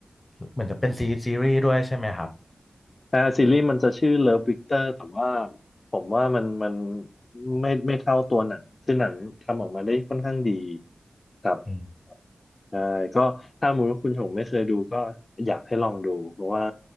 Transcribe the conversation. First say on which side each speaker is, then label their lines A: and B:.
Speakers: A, on the left; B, on the left.
A: เหมือนจะเป็นซีซีรีส์ด้วยใช่ไหมครับ
B: อ่าซีรีส์มันจะชื่อ Love Victor แต่ว่าผมว่ามันมันไม่ไม่เท่าตัวหนัง คือหนังทำออกมาได้ค่อนข้างดีครับ
A: อืม
B: ใช่ก็ถ้ามูลคุณชงไม่เคยดูก็อยากให้ลองดูเพราะว่า